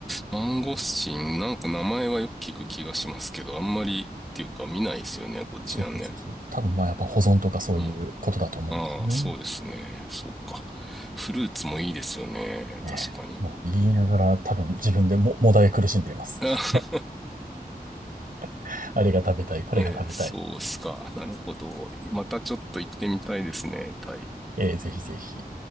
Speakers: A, in the centre; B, on the right (about 60°).
A: マンゴスチン、なんか名前はよく聞く気がしますけど、あんまりっていうか見ないですよね、こっちなんね。
B: そうそうそうそう。多分まあやっぱ保存とかそういうことだと思うんですよね。
A: うん。ああ、そうですね。そうか。フルーツもいいですよね。
B: ねえもう言いながら多分自分でも、
A: 確かに。
B: もだえ苦しんでいます。
A: <laughs>
B: <laughs> あれが食べたい、これが食べたい。
A: あ、えーそうっすか。なるほど。またちょっと行ってみたいですね、タイ。
B: えーぜひぜひ。